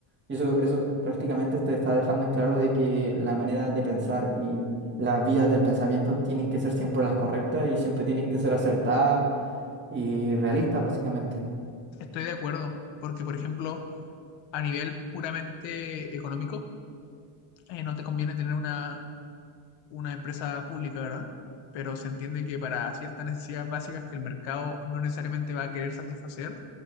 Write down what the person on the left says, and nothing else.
Estoy de acuerdo, porque por ejemplo, a nivel puramente económico, eh, no te conviene tener una, una empresa pública, ¿verdad? Pero se entiende que para ciertas necesidades básicas que el mercado no necesariamente va a querer satisfacer,